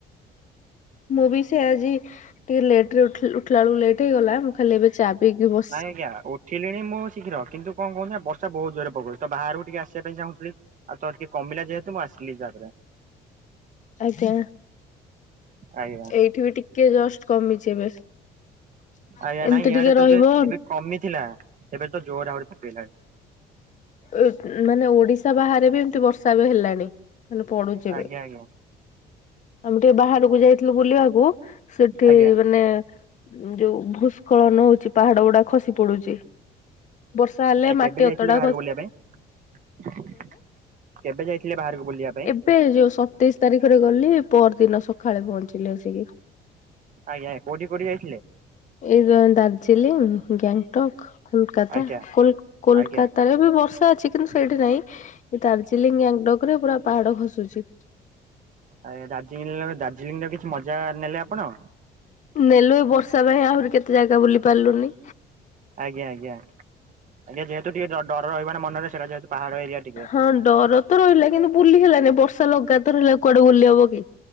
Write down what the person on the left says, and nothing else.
ମୁଁ ବି ସେୟଆଜି ଟିକେ ଲେଟରେ ଉଠିଲା ବେଳକୁ ଟିକେ ଲେଟ୍ ହେଇଗଲା ମୁଁ ଖାଲି ଏବେ ଚା ପିଇକି ବ
ଆଜ୍ଞା
ଏଇଠି ବି ଟିକେ ଜଷ୍ଟ କମିଛି ଏବେ। ଏମିତି
ଟିକେ
ରହିବ।
ଉଁ ମାନେ ଓଡିଶା ବାହାରେ ବି ଏମତି ବର୍ଷା ଏବେ ହେଲାଣି। ମାନେ ପଡୁଛି ଏବେ
ଆମେ ଟିକେ ବାହାରୁକୁ ଯାଇଥିଲୁ ବୁଲିବାକୁ ସେଠି
ମାନେ ଯୋଉ ଭୁସ୍ ଉଖଳନ ହଉଛି ପାହାଡ ଗୁଡା ଖସି ପଡୁଛି ବର୍ଷା ହେଲେ
ମାଟି
ଅତଟା
ଏବେ ଯୋଉ ସତେଇଶ ତାରିଖରେ ଗଲି ପର ଦିନ ସକାଳେ ପହଞ୍ଚିଲି ଆସିକି।
ଏଇ ଦାର୍ଜିଲିଂ ଗ୍ୟାଙ୍ଗଟକ କୋଲକାତା
କୋଲକାତା।
ବି ବର୍ଷା ଅଛି କିନ୍ତୁ ସେଇଠି ନହିଁ ଦାର୍ଜିଲିଂ ୟାଙ୍ଗଡକ ରେ ପୁରା ପାହାଡ ଖସୁଛି।
ନେଲୁ ଏ ବର୍ଷା ପାଇଁ ଆହୁରି କେତେ ଜାଗା ବୁଲି ପାରିଲୁନି।
ହଁ ଡର ତ ରହିଲା କିନ୍ତୁ ବୁଲି ହେଲାନି ବର୍ଷା ଲଗାତର ହେଲା କୁଆଡେ ବୁଲି ହବ କି।